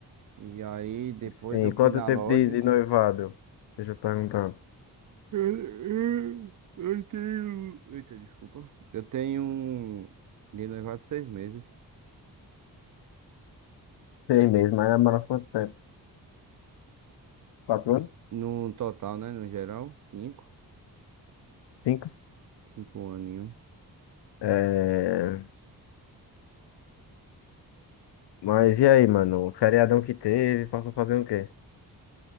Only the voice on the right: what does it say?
e aí depois
eu
fui na
loja.
Eu, eu- eu tenho. Eita, desculpa. Eu tenho um de noivado seis meses.
No total, né? No geral, cinco.
Cinco aninhos.